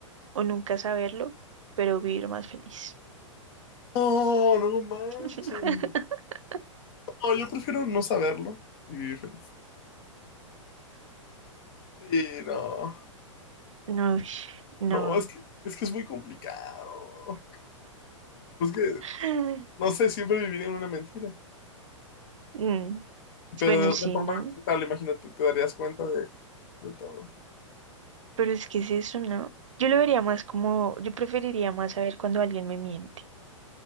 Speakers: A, on the right; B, on the left.
A: o nunca saberlo, pero vivir más feliz?
B: No, no manches.
A: <laughs>
B: No, yo prefiero no saberlo y vivir feliz. Sí, no.
A: No, ush, no.
B: No, es que, es que es muy complicado. Es que,
A: <laughs>
B: no sé, siempre viviría en una mentira.
A: Mm,
B: Pero
A: bueno,
B: de otra
A: sí,
B: forma,
A: ¿no?
B: ¿qué tal, imagínate, te darías cuenta de, de todo.
A: Pero es que es eso, ¿no? Yo lo vería más como, yo preferiría más saber cuando alguien me miente.